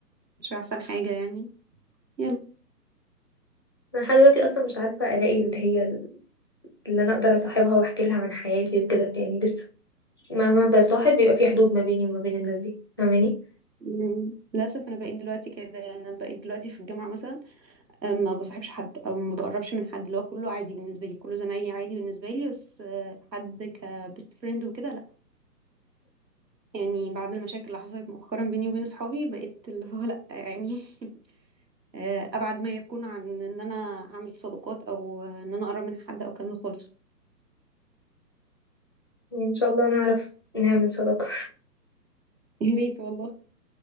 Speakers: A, on the right; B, on the left.
A: مش أحسن حاجة يعني يلا
B: انا لحد دلوقتي اصلا مش عارفة الاقي اللي هي اللي انا اقدر اصاحبها واحكي لها عن حياتي وكده يعني لسه مهما بصاحب بيبقى في حدود ما بيني وما بين الناس دي فاهماني؟
A: مم. للأسف أنا بقيت دلوقتي كده أنا بقيت دلوقتي في الجامعة مثلا آه، ما بصاحبش حد أو ما بقربش من حد اللي هو كله عادي بالنسبة لي كله زمايلي عادي بالنسبة لي بس آه، حد كبيست فريند وكده لأ يعني بعد المشاكل اللي حصلت مؤخرا بيني وبين صحابي بقيت اللي هو لأ يعني <laughs> آه، أبعد ما يكون عن إن أنا أعمل صداقات أو آه، إن أنا أقرب من حد أو كلام خالص
B: يعني ان شاء الله نعرف نعمل صداقة
A: يا ريت والله